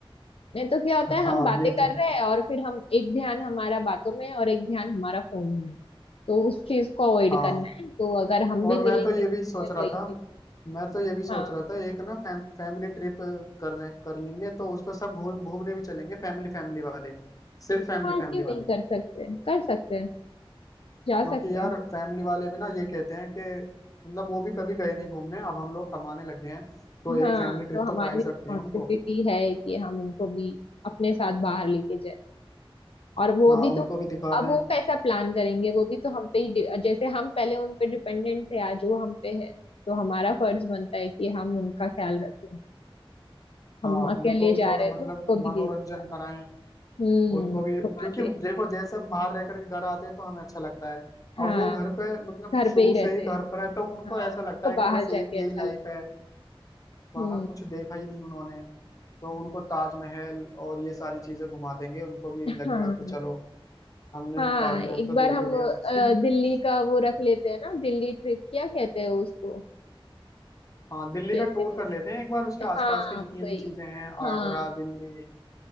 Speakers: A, on the left; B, on the left.
A: नहीं तो क्या होता है हम
B: हाँ
A: बातें
B: ये
A: कर
B: तो
A: रहे हैं और फिर हम एक ध्यान हमारा बातों में है और एक ध्यान हमारा फोन में है। तो उस चीज को अवॉइड
B: हाँ
A: करना है तो अगर हम
B: और
A: भी
B: मैं
A: मिलेंगे
B: तो ये
A: तो
B: भी सोच रहा
A: वही
B: था
A: चीज
B: मैं तो ये भी सोच
A: हाँ
B: रहा था एक ना फैम, फैमिली ट्रिप कर ले, कर लेंगे तो उस पर सब घू, घूमने भी चलेंगे फैमिली फैमिली वाले सिर्फ फैमिली
A: हाँ
B: फैमिली
A: क्यों नहीं
B: वाले
A: कर सकते कर सकते हैं जा
B: क्योंकि
A: सकते
B: यार
A: हैं
B: फैमिली वाले भी ना ये कहते हैं कि मतलब वो भी कभी गए नहीं घूमने अब हम लोग कमाने लग गए हैं तो एक
A: हाँ
B: फैमिली
A: तो
B: ट्रिप तो
A: हमारी
B: करा ही सकते
A: रिस्पॉन्सिबिलिटी
B: हैं उनको
A: है कि हम उनको भी अपने साथ बाहर लेके जाए और वो
B: हाँ
A: भी
B: उनको
A: तो
B: भी दिखा
A: अब
B: दें
A: वो कैसा प्लान करेंगे वो भी तो हम पे ही डि- जैसे हम पहले उन पे डिपेंडेंट थे आज वो हम पे है तो हमारा फर्ज बनता है कि हम उनका ख्याल रखें हम
B: हाँ
A: अकेले
B: उनको भी
A: जा
B: थोड़ा
A: रहे
B: मतलब
A: तो उनको भी
B: मनोरंजन
A: दे देता
B: कराएं
A: हम्म
B: उनको भी
A: घुमा
B: क्योंकि
A: दे
B: देखो जैसे हम बाहर रह करके घर आते हैं तो हमें अच्छा लगता है
A: हाँ
B: अब वो घर पे मतलब
A: घर
B: शुरू
A: पे ही रहते
B: से ही घर
A: हैं
B: पर है तो उनको
A: हाँ
B: ऐसा लगता
A: तो
B: है
A: बाहर
B: कि बस एक
A: जाके
B: यही
A: अच्छा
B: लाइफ
A: लगेगा
B: है बाहर
A: हम्म
B: कुछ देखा ही नहीं उन्होंने तो उनको ताजमहल और ये सारी चीजें घुमा देंगे उनको भी लगेगा
A: हाँ
B: कि चलो हमने
A: हाँ
B: ताजमहल
A: एक
B: तो
A: बार
B: देख
A: हम
B: ही लिया <laughs>
A: अ, दिल्ली का वो रख लेते हैं ना दिल्ली ट्रिप क्या कहते हैं उसको
B: हाँ दिल्ली
A: जैसे
B: का टूर कर लेते हैं एक बार उसके आसपास
A: हाँ
B: की जितनी
A: वही
B: भी चीजें हैं
A: हाँ
B: आगरा दिल्ली